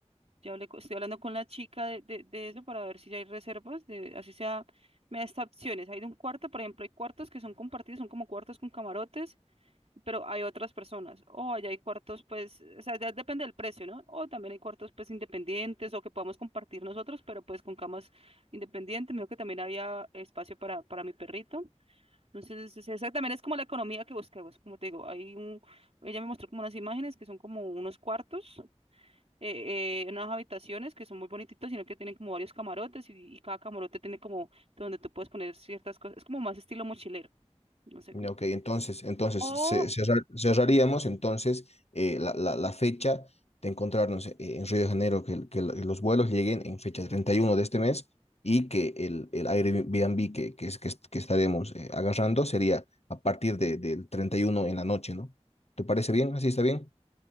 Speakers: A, on the right (about 60°); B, on the left (about 65°).
A: Ya hablé, co- estoy hablando con la chica de, de, de eso para ver si ya hay reservas, de, así sea, me da estas opciones. Hay de un cuarto, por ejemplo, hay cuartos que son compartidos, son como cuartos con camarotes, pero hay otras personas. O allá hay cuartos, pues, o sea, ya depende del precio, ¿no? O también hay cuartos, pues, independientes o que podamos compartir nosotros, pero pues con camas independientes. Me dijo que también había espacio para, para mi perrito. Entonces, es- esa también es como la economía que buscamos, como te digo, hay un, ella me mostró como unas imágenes que son como unos cuartos, eh, eh, unas habitaciones que son muy bonititos, sino que tienen como varios camarotes y, y cada camarote tiene como donde tú puedes poner ciertas cosas, es como más estilo mochilero, no sé cómo.
B: Ok, entonces, entonces
A: O,
B: ce- cerrar- cerraríamos entonces eh, la, la- la fecha de encontrarnos eh, en Río de Janeiro, que, el- que el- los vuelos lleguen en fecha 31 de este mes y que el, el Airbnb que, que, es, que, es- que estaremos eh, agarrando sería a partir de, del 31 en la noche, ¿no? ¿Te parece bien? ¿Así está bien?